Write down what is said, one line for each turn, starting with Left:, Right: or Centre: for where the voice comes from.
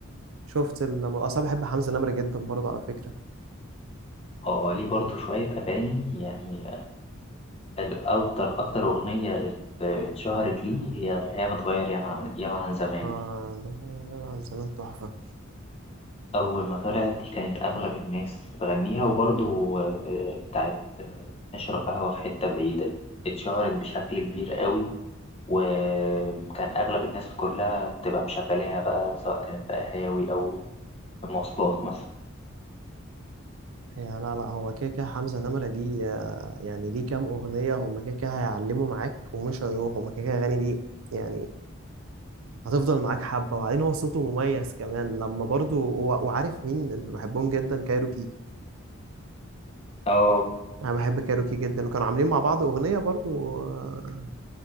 Right: شفت ال... اصلا بحب حمزة نمرة جدا برضه على فكرة
Left: اه آه، ليه برضه شوية أغاني يعني الأكتر أكتر أغنية ات- اتشهرت ليه هي اللي هي متغير ياما عن ياما عن زمان
Right: اه
Left: دي
Right: ده عن زمان تحفة
Left: أول ما طلعت دي كانت أغلب الناس بتغنيها وبرضه آه، بتاعت آه، نشرب قهوة في حتة بعيدة دي اتشهرت بشكل كبير قوي وكان أغلب الناس كلها بتبقى مشغلاها بقى سواء كانت في قهاوي أو في مواصلات مثلا
Right: هي لا لا هو كده كده حمزة نمرة دي آه، يعني ليه كام اغنية هم كده كده هيعلموا معاك ومش هيروحوا هم كده كده اغاني دي يعني هتفضل معاك حبة وبعدين هو صوته مميز كمان لما برضه و... وعارف مين اللي بحبهم جدا كايروكي
Left: اه
Right: انا بحب كايروكي جدا وكانوا عاملين مع بعض اغنية برضه آه،